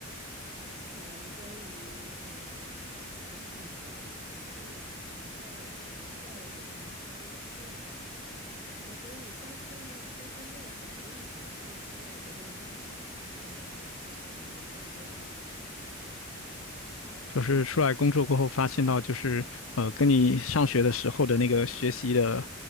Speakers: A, on the right; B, on the left.
A: 可能关于呃人体生理的结构啊，什么药学药物的方面是它是怎么作用的。然后所以，但是呢，因为经过了好多年了，所以我现在也都会忘得七七八八了，基本上也就忘光了这样子。
B: 就是出来工作过后发现到，就是呃，跟你上学的时候的那个学习的